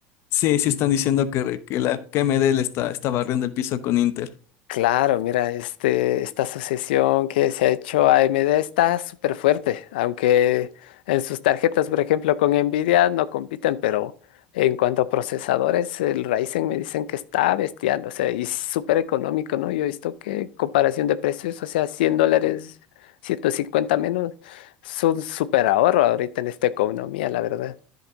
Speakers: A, on the left; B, on the left.
A: Sí, sí están diciendo que, re- que la que AMD le está, está barriendo el piso con Intel.
B: Claro, mira, este, esta asociación que se ha hecho a AMD está súper fuerte, aunque en sus tarjetas, por ejemplo, con Nvidia no compiten, pero en cuanto a procesadores, el Ryzen me dicen que está bestial, o sea, y súper económico, ¿no? Yo he visto que en comparación de precios, o sea, 100 dólares, 150 menos, es un súper ahorro ahorita en esta economía, la verdad.